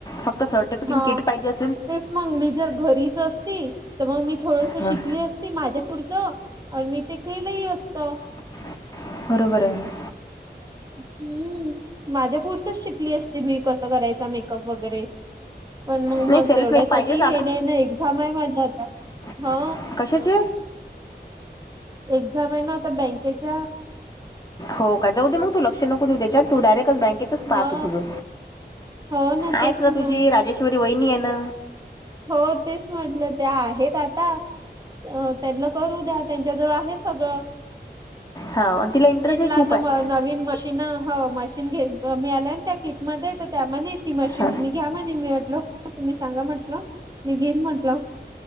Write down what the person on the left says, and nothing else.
फक्त सर्टिफिकिन
किट पाहिजे अस.
हां
<unintelligible> बरोबराय.
नाही
सेल्फ
मेड पाहिजेच
<unintelligible>
कशाची?
हो का. जाऊ दे मग तू लक्ष नको देऊ त्याच्यात. तू डायरेक्ट बँकेत पाहा
तू तुझं.
आहेस
ना
तुझी, राजेश्वरी वहिनी आहे ना.
हो आणि तिला इंटरेस्टही
खूप
आहे
हा.